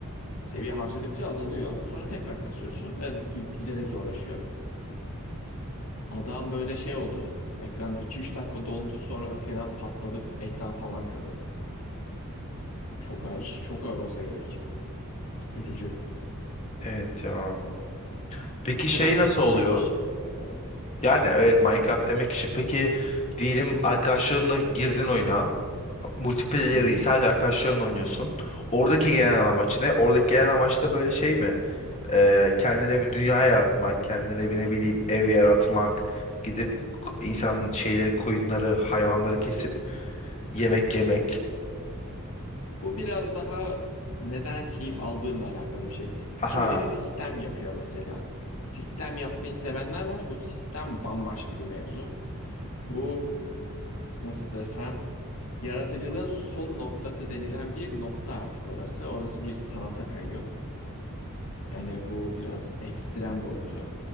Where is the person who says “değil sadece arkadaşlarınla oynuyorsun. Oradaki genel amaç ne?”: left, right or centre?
Left